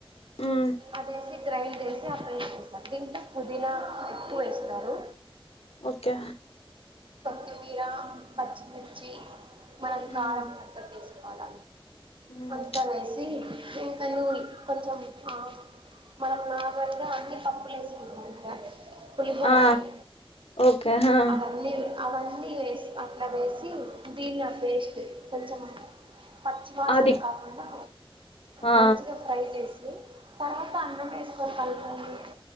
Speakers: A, on the left; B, on the right.
A: ఉమ్
B: అదేసి గ్రైండ్ చేసి అప్పు వేసేస్తారు దీంట్లో పుదీనా ఎక్కువ వేస్తారు
A: ఓకే
B: కొత్తిమీరా పచ్చి పిచ్చి మనకి
A: ఉమ్
B: కారం తగ్గట్టే సీ అన
A: ఉమ్
B: అంతా కైసి ఇంక నూరి కొంచెం ఆ మనం నాల్ గంద అన్ని అప్పులే సమాధ పులిహోరఅండి
A: ఆ ఓకే హా
B: అవన్ని అవన్ని అన్ని వేసి అట్లా వేసి పంచదార వేసి దీన్న అపేస్ట్ కొంచెం పచ్చి వాసన
A: అది
B: కాకుండా
A: ఆ
B: మంచిగా ఫ్రై చేసి తర్వాత అన్నం వేసుకొని కలుపండి